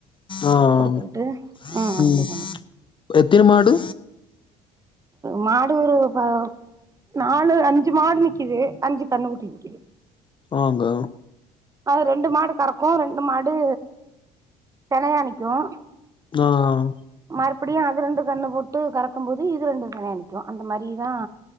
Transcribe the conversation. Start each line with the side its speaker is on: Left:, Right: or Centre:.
Left: ஆஹ்
Right: குடுத்துக்கிட்டு ம் அப்டி
Left: உம்
Right: பண்ணுவோ
Left: எத்த மாடு
Right: மாடு ஒரு பா நாலு அஞ்சு மாடு நிக்குது அஞ்சு கண்ண ஊட்டி நிக்குது
Left: ஆங்க
Right: அது ரெண்டு மாடு கறக்கும் ரெண்டு மாடு செனையணிக்கும்
Left: ஆஹ்
Right: மபடியும் அது ரெண்டு கண்ணு போட்டு கறக்கும் போது இது ரெண்டு கணையாணிக்கும் அந்த மாதிரிதான்